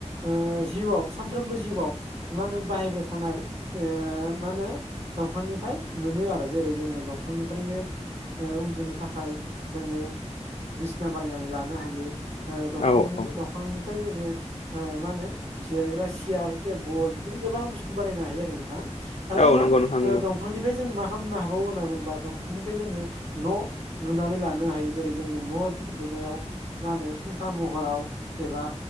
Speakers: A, on the right; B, on the left.
A: ओ जिउआव सानफ्रोमबो जिउआव मा होनो बाहायबाय थानाय ओ मा होनो दंफांनिफ्राय मोनो आरो जेरै जोंङो दंफांनिफ्रायनो उन्दुनो थाखाय जोंङो बिसना बानायनानै लानो हायो ओ दंफांनि
B: औ औ
A: दंफांनि ओमफ्राय जोंङो मा होनो जिरायग्रा सियार टेबल बिदिनो गोबां बुस्थु बानायनो हायो आरो नोंथां आरो
B: औ
A: मा
B: नंगौ नोंथां
A: ओ
B: नंगौ
A: दं दंफांनिफ्राय जों मा खालामनो हाबावो होनना बुंङोबा दंफांनिफ्राय जोङो न' लुनानै लानो हायो जेरै जोंङो न' लुनायाव मा होनो खुन्था महराव एबा